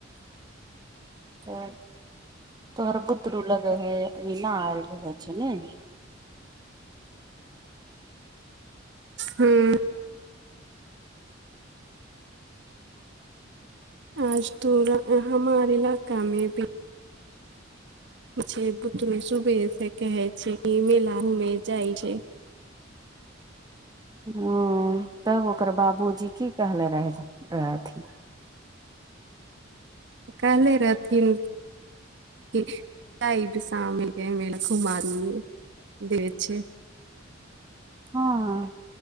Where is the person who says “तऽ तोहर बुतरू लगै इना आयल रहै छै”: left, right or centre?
Right